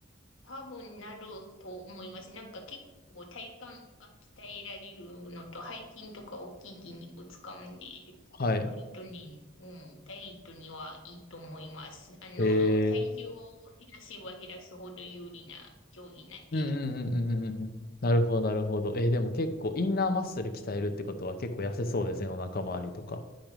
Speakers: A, on the left; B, on the left.
A: 多分なると思います。なんか結構体幹が鍛えられるのと背筋とか大きい筋肉使うんで、
B: はい。
A: 割とね、うん、ダイエットにはいいと思います。あの、
B: へえ。
A: 体重を減らせば減らすほど有利な競技なんで。
B: うんうんうんうんうんうん。なるほど、なるほど。えーでも結構、インナーマッスル鍛えるってことは結構痩せそうですね、お腹周りとか。